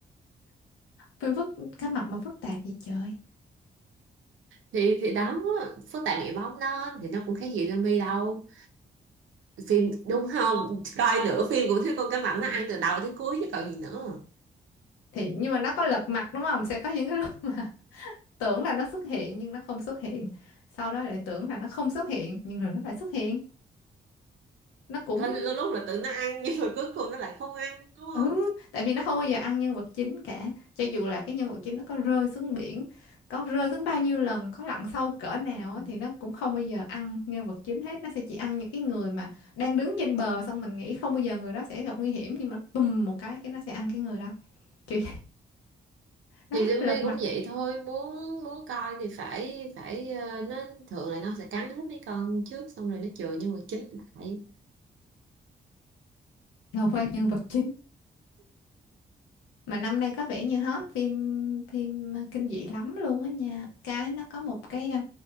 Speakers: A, on the left; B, on the right.
A: Phim phức cá mập mà phức tạp vậy trời.
B: thì thì đó phức tạp nghĩa bóng đó thì nó cũng khác gì zombie đâu phim đúng không coi nửa phim cũng thấy con cá mập nó ăn từ đầu tới cuối chứ còn gì nữa
A: Thì nhưng mà nó có lật mặt đúng không? Sẽ có những cái <laughs> lúc mà tưởng là nó xuất hiện nhưng nó không xuất hiện sau đó lại tưởng là nó không xuất hiện nhưng rồi nó lại xuất hiện nó cũng
B: có lúc lúc là tự nó ăn <laughs> nhưng mà cuối cùng nó lại không ăn đúng
A: ừ
B: không
A: tại vì nó không bao giờ ăn nhân vật chính cả cho dù là cái nhân vật chính nó có rơi xuống biển có rơi xuống bao nhiêu lần có lặn sâu cỡ nào
B: Ừ.
A: á, thì nó cũng không bao giờ ăn nhân vật chính hết nó sẽ chỉ ăn những cái người mà đang đứng trên bờ xong mình nghĩ không bao giờ người đó sẽ gặp nguy hiểm nhưng mà bùm một cái cái nó sẽ ăn cái người đó kiểu đó
B: thì zombie
A: lật mặt
B: cũng vậy thôi muốn muốn coi thì phải phải ờ, nó thường là nó sẽ cắn hết mấy con trước xong rồi nó chừa nhưng mà chín lại
A: là quen nhân vật chính mà năm nay có vẻ như hot phim phim ờ, kinh dị lắm luôn á nha cái nó có một cái ờ,